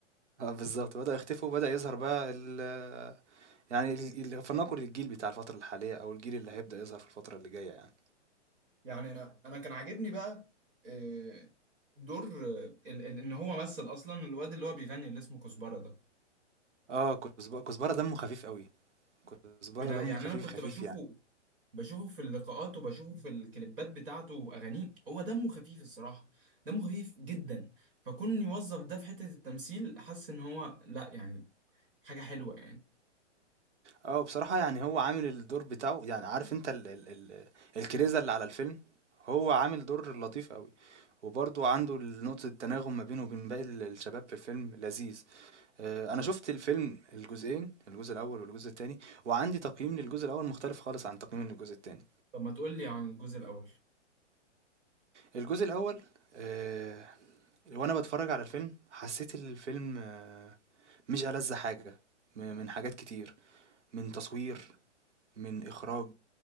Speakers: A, on the right; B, on the right.
A: اه بالظبط بدأوا يختفوا وبدأ يظهر بقى ال يعني ال- ال- فلنقل الجيل بتاع الفترة الحالية او الجيل اللي هيبدأ يظهر في الفترة اللي جاية يعني
B: يعني انا انا كان عاجبني بقى آه، دور آه، ال- ال- ان هو مثل اصلا الواد اللي هو بيغني اللي اسمه كزبره ده
A: اه كزب- كزبرة دمه خفيف قوي كزبرة
B: انا
A: دمه
B: يعني
A: خفيف
B: انا كنت
A: خفيف
B: بشوفه
A: يعني.
B: بشوفه في اللقاءات وبشوفه في الكليبات بتاعته واغانيه هو دمه خفيف الصراحه دمه خفيف جدا فكون يوظف ده في حته التمثيل حاسس ان هو لا يعني حاجه حلوه يعني
A: اه بصراحة يعني هو عامل الدور بتاعه يعني عارف انت ال ال ال الكريزة اللي على الفيلم هو عامل دور لطيف قوي وبرضه عنده نقطة التناغم ما بينه وبين باقي ال- الشباب في الفيلم لذيذ آه، انا شفت الفيلم الجزئين الجزء الاول والجزء التاني وعندي تقييم للجزء الاول مختلف خالص عن تقييم للجزء التاني
B: طب ما تقول لي عن الجزء الاول
A: الجزء الاول آه، وانا بتفرج على الفيلم حسيت الفيلم آه، مش ألذ حاجة م- من حاجات كتير من تصوير من اخراج